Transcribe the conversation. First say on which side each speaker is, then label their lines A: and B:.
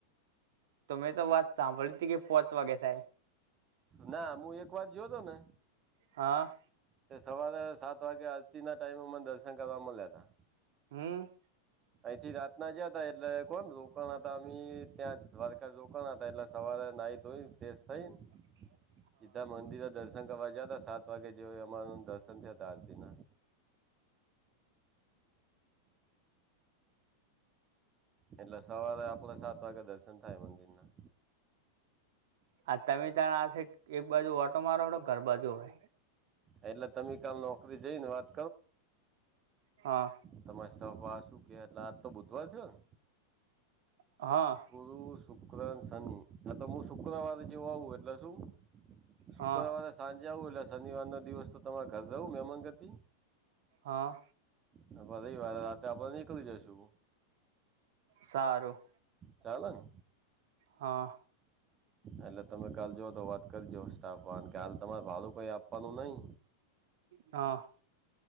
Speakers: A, on the right; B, on the right.
A: તમે તો વાત સાંભળ હતી કે પહોચ વાગે થાય.
B: ના મું એક વાર જોયો તો ને
A: હા
B: તે સવારે સાત વાગે આરતીના ટાઈમે મને દર્શન કરવા મળ્યા તા.
A: હમ
B: અહીંથી રાત ના જયા હતા એટલે કો રોકાણ હતા અમે ત્યાં દ્વારકા રોકાણ હતા એટલે સવારે નાઈ ધોઈ ફેરર્સ થઈને
A: <inaudible>
B: સીતા મંદિરે દર્શન કરવા જયા ત સાત વાગે જે અમા દર્શન થયાતા આરતીના. એટલે સવારે આપડે સાત વાગે દર્શન થાય મંદિર ના.
A: આ તમે તણ આ સ એક બાજુ ઓટો મારો ઘર બાજુ હવે.
B: એટલે તમે કાલ નોકરી જઈને વાત
A: હા.
B: તમારે સ્ટફવાળા શું કે એટલે આજ તો બુધવાર થયો ને?
A: હહ
B: ગુરુ, શુક્રને શનિ આ તો મું શુક્રવારે જેવું આવું એટલે શું શુક્રવારે
A: હા
B: સાંજે આવું એટલે શનિવારનો દિવસ તો તમારે ઘર જવું મેમાન ગતિ
A: હહ
B: અને પહિ રવિવારે રાતે આપણે નીકળી જશું.
A: સારું.
B: ચાલે ન?
A: હહ
B: એટલે તમે કાલ જોઓ તો વાત કરજો સ્ટાફવાળાને કે હાલ તમારે ભાડું કઈ આપ વાનું નહીં?
A: હહ